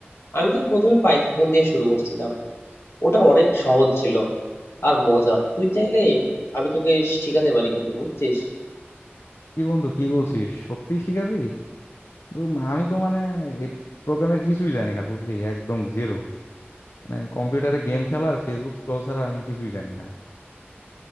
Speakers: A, on the left; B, on the left.
A: আমি তো প্রথমে পাইথন দিয়ে শুরু করছিলাম ওটা অনেক সহজ ছিল আর মজার তুই চাইলে আমি তোকে শিখাতে পারি কিন্তু বুঝছিস
B: কি বন্ধু কি বলছিস সত্যি শিখাবি উম, আমি তো মানে এই প্রোগ্রামের কিছুই জানি না বুঝলি একদম জেরো মানে কম্পিউটারে গেম খেলা আর ফেসবুক স্ক্রল ছাড়া আমি কিছুই জানি না